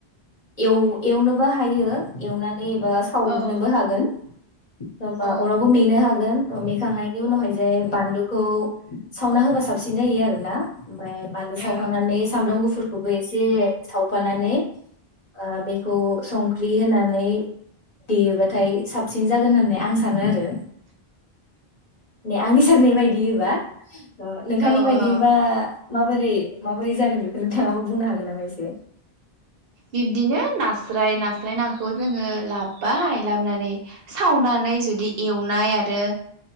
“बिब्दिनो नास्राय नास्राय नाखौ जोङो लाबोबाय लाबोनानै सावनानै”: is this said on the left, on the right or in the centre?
Right